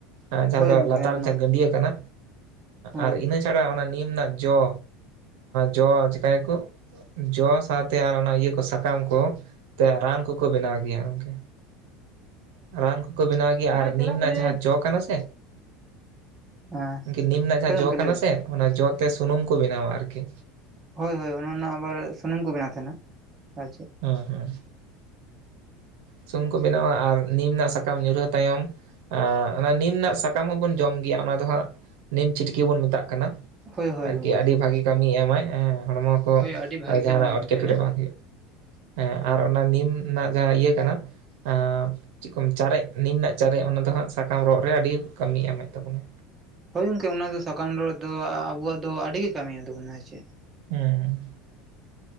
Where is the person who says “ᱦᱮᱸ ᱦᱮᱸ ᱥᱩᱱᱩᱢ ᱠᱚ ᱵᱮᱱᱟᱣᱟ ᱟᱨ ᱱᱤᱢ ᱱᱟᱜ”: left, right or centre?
Right